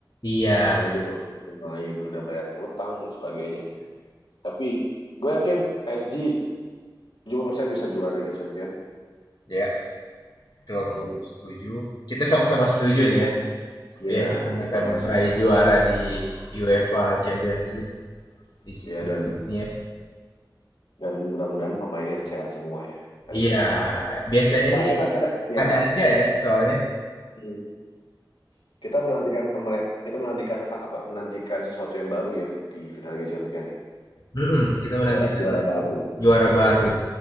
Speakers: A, on the left (about 55°); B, on the left (about 80°).
A: Iya,
B: Makanya dia melakukan pemain, udah bayarin utang dan sebagainya. Tapi gue yakin PSG persen bisa juara Liga Champion.
A: ya, itu aku
B: Hmm.
A: setuju. Kita sama-sama setuju nih ya.
B: Ya,
A: PSG
B: informasi.
A: akan meraih juara di UEFA Champions League di si-
B: Ya
A: musim
B: dan
A: ini ya.
B: dan mudah-mudahan pemainnya sehat semua ya, gak ada
A: Iya,
B: yang cedera.
A: biasanya
B: Nah,
A: nih
B: kita kita ya
A: ada aja ya soalnya.
B: Hmm. kita menantikan pemer- kita menantikan ha- apa menantikan sesuatu yang baru ya di final Liga Champion ya.
A: Mm-mm, kita menantikan
B: Juara juara baru.
A: juara baru.